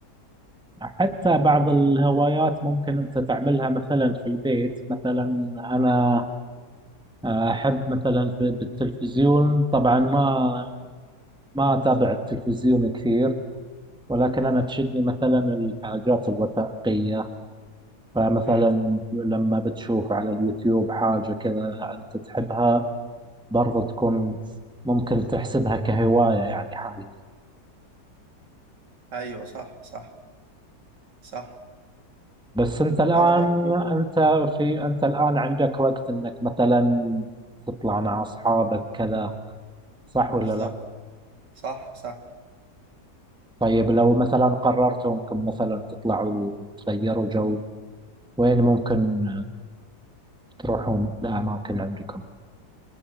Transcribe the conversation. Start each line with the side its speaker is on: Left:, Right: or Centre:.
Centre: حتى بعض الهوايات ممكن أنت تعملها مثلا في البيت مثلا أنا أحب مثلا في- بالتلفزيون طبعا ما ما أتابع التلفزيون كثير ولكن أنا تشدني مثلا الحاجات الوثائقية فمثلا
Right: امم
Centre: لما بتشوف على اليوتيوب حاجة كذا أنت تحبها برضو تكون ممكن تحسبها كهواية يعني حاليا
Right: ايوه صح صح صح
Centre: بس أنت الآن
Right: وانا برضو
Centre: أنت في أنت الآن عندك وقت إنك مثلا تطلع مع أصحابك كذا صح
Right: بالظبط
Centre: ولا لا؟
Right: صح صح
Centre: طيب لو مثلا قررتوا إنكم مثلا تطلعوا تغيروا جو وين ممكن تروحون لأماكن عندكم؟